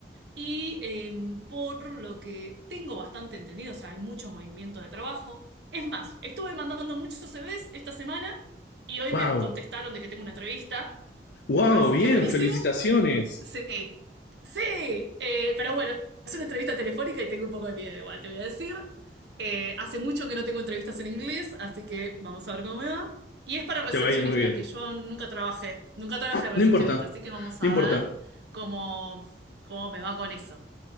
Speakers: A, on the right; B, on the left.
A: Y em, por lo que tengo bastante entendido, o sea, hay mucho movimiento de trabajo. Es más, estuve mandando muchos CVs esta semana y hoy
B: ¡Wow!
A: me contestaron de que tengo una entrevista.
B: ¡Wow!
A: Así
B: Bien,
A: que buenísimo.
B: felicitaciones.
A: Sí, sí. Eh, pero bueno, es una entrevista telefónica y tengo un poco de miedo igual, te voy a decir. Eh, hace mucho que no tengo entrevistas en inglés, así que vamos a ver cómo me va. Y es para recepcionista,
B: Te va a ir muy bien.
A: que yo nunca trabajé, nunca trabajé de recepcionista,
B: No importa,
A: así que vamos
B: no
A: a
B: importa.
A: ver cómo, cómo me va con eso.